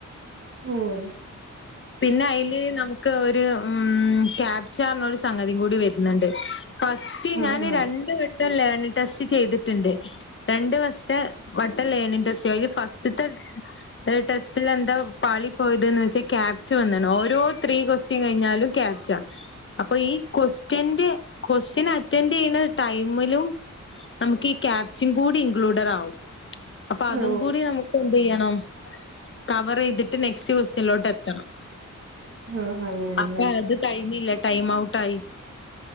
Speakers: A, on the right; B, on the left.
A: ഉവ്വ്‌ വ്വ്
B: പിന്നെ അയ്ല് നമുക്ക് ഒരു ഉം ക്യാപ്ചർനൊരു സംഗതിം കൂടി വര്ന്ണ്ട് ഫസ്റ്റ്
A: ആഹ്
B: ഞാന്
A: ആഹ്
B: രണ്ടു വട്ടം ലേണിങ്ങ് ടെസ്റ്റ് ചെയ്തിട്ട്ണ്ട് രണ്ട് ഫസ്റ്റെ വട്ടം ലേണിംഗ് ടെസ്റ്റ്‌ ചെയ്ത് അതില് ഫസ്റ്റ്ത്തെ ഡേ ടെസ്റ്റിൽ എന്താ പാളി പോയ്തെന് വെച്ചാ ക്യാപ് ച്ച വന്ന്ണ് ഓരോ ത്രീ ക്വസ്റ്റ്യൻ കഴിഞ്ഞാലും ക്യാപ്ച്ച അപ്പൊ ഈ ക്വസ്റ്റ്യന്റെ ക്വസ്റ്റ്യൻ അറ്റൻഡ് ചെയ്യണ ടൈമിലും നമുക്ക് ഈ ക്യാപ്ച്ചിം കൂടി ഇൻക്ലൂഡറാവും അപ്പൊ അതും
A: ഓ
B: കൂടി നമുക്ക് എന്തെയ്യണം കവറെയ്തിട്ട് നെക്സ്റ്റ് ക്വസ്റ്റ്യനിലോട്ട് എത് ത്തണം
A: ആഹ് അങ്ങനെയല്ലേ
B: അപ്പൊ അത് കഴിഞ്ഞില്ല ടൈം ഔട്ടായി